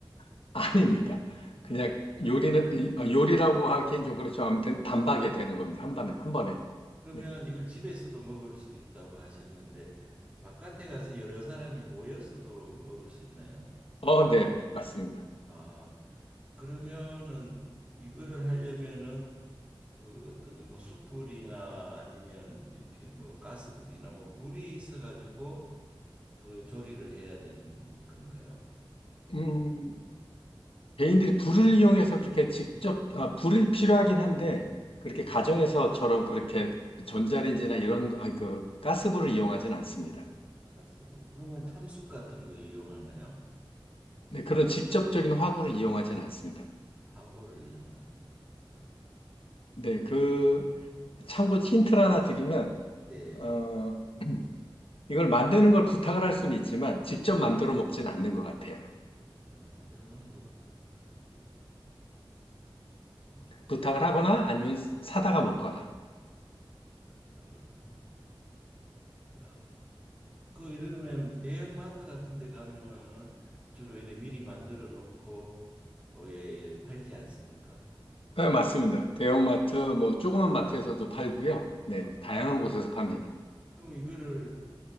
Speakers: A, on the left; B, on the right.
A: <laughs> 아닙니다. 그냥
B: 아, 그렇구나.
A: 요리는, 이- 어, 요리라고 하긴 좀 그렇죠. 아무튼 단박에 되는 겁니다. 한
B: 아,
A: 번에, 한 번에.
B: 그러면
A: 네.
B: 이걸 집에서도 먹을 수 있다고 하셨는데 바깥에 가서 여러 사람이 모여서도 먹을 수 있나요?
A: 어, 네. 맞습니다.
B: 아, 그러면은 이거를 하려면은 그 어떤 뭐 숯불이나 아니면 이렇게 뭐 가스불이나 뭐 불이 있어 가지고 그 조리를 해야 되는 건가요?
A: 음, 개인들이 불을 이용해서 그렇게 직접, 아, 불이 필요하긴 한데, 그렇게
B: 네,
A: 가정에서처럼 그렇게 전자레인지나 이런, 아니, 그, 가스불을 이용하진 않습니다.
B: 가스불. 그러면 참숯 같은 거 이용하나요?
A: 네, 그런 직접적인 화구를 이용하지는 않습니다.
B: 하고를 이용하지는 않는다.
A: 네, 그,
B: 어,
A: 참고 힌트를 하나 드리면,
B: 네,
A: 어, <clears throat> 이걸 만드는 걸 부탁을 할 수는 있지만, 직접 만들어 먹진 않는 것 같아요.
B: 만드는 걸 부탁을 한다. 어,
A: 부탁을 하거나 아니면 사다가 먹거나.
B: 부탁을 하나 하다. 그 이러면 대형마트 같은 데 가면은 주로 이래 미리 만들어 놓고 에 팔지 않습니까?
A: 네, 맞습니다. 대형마트, 뭐, 조그만 마트에서도 팔고요. 네,
B: 아,
A: 다양한 곳에서 팝니다.
B: 그럼 이거를